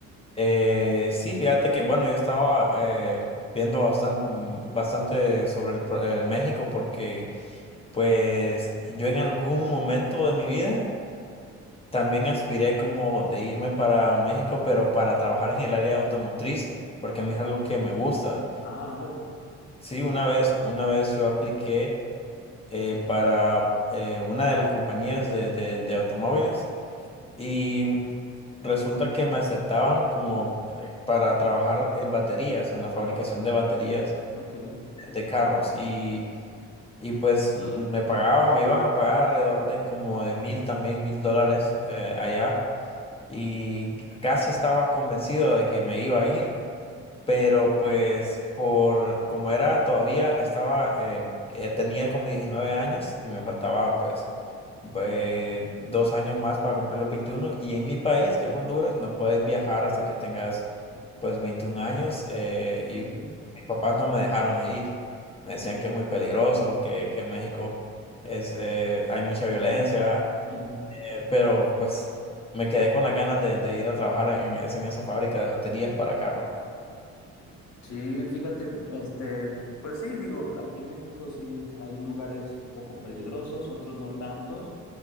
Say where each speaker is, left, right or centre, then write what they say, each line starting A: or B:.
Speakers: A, on the left; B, on the left.
A: Eh, sí, fíjate que, bueno, yo estaba eh, viendo bastante, bastante sobre el, pro- el México porque, pues, yo en algún momento de mi vida también aspiré como de irme para México, pero para trabajar en el área automotriz, porque a mí es algo que me gusta.
B: Ah, órale.
A: Sí, una vez, una vez yo apliqué eh, para eh, una de las compañías de, de- de automóviles y resulta que me aceptaban como eh, para trabajar en baterías, en la fabricación de baterías
B: Ok.
A: de carros y, y pues l- me pagaban, me iban a pagar alrededor de como de mil también, mil dólares eh, allá y casi estaba convencido de que me iba a ir. Pero pues por como era todavía estaba eh, eh, tenía como 19 años y me faltaba pues eh, dos años más para cumplir los 21 y en mi país, que es Honduras, no puedes viajar hasta que tengas pues 21 años eh, y
B: Ujú,
A: pues, mis papás no me dejaron ir. Me decían que es muy peligroso, que, que México es, eh, hay mucha violencia,
B: ujú.
A: eh, pero pues me quedé con las ganas de, de ir a trabajar en, ese- en esa fábrica de baterías para carro.
B: Sí, fíjate, este, pues sí, digo, aquí en México sí hay lugares un poco peligrosos, otros no tantos,